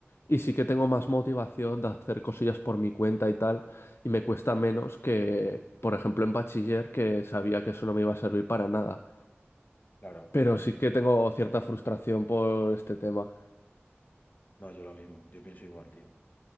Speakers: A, on the left; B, on the left.
A: Y sí que tengo más motivación de hacer cosillas por mi cuenta y tal, y me cuesta menos que, por ejemplo, en bachiller, que sabía que eso no me iba a servir para nada.
B: Claro,
A: Pero
B: claro.
A: sí que tengo cierta frustración por este tema.
B: No, yo lo mismo, yo pienso igual, tío.